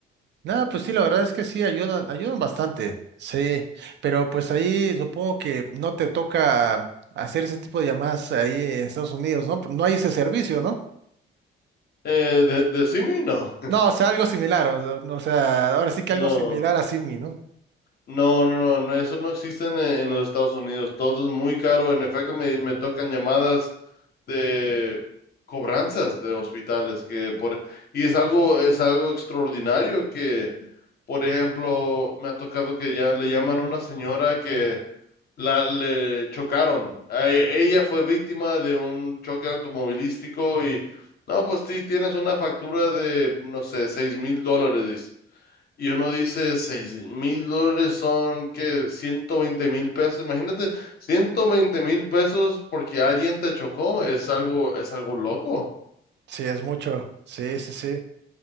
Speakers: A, on the right; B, on the left.
A: Nada, pues sí, la verdad es que sí, ayudan, ayudan bastante, sí, pero pues ahí supongo que no te toca hacer ese tipo de llamadas ahí en Estados Unidos, ¿no? No hay ese servicio, ¿no?
B: Eh, de, de CIMI? No.
A: No, o sea, algo similar, o, o sea, ahora sí que
B: No,
A: algo similar a Simi, ¿no?
B: no, no, no, no, eso no existe en, en los Estados Unidos, todo es muy caro, en efecto me, me tocan llamadas de cobranzas de hospitales, que por, y es algo, es algo extraordinario que, por ejemplo, me ha tocado que ya le llaman a una señora que La, le chocaron. Eh, ella fue víctima de un choque automovilístico y, no, pues sí, tienes una factura de, no sé, seis mil dólares. dice. Y uno dice, seis mil dólares son, que ciento veinte mil pesos. Imagínate, ciento veinte mil pesos porque alguien te chocó. Es algo, es algo loco.
A: Sí, es mucho, sí, sí, sí.